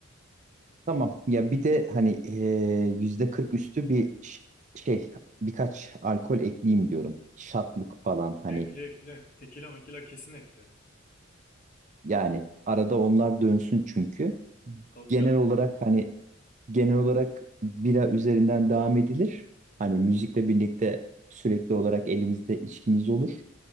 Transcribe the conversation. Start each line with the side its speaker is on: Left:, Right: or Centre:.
Right: Tamam. Ya bir de hani eee, yüzde kırk üstü bir ş- şey, birkaç alkol ekleyeyim diyorum. Şatlık falan hani.
Left: Ekle ekle. Tekila mekila kesin ekle.
Right: Yani arada onlar dönsün çünkü.
Left: Tabii
Right: Genel
Left: canım.
Right: olarak hani genel olarak bira üzerinden devam edilir. Hani müzikle birlikte sürekli olarak elimizde içkimiz olur.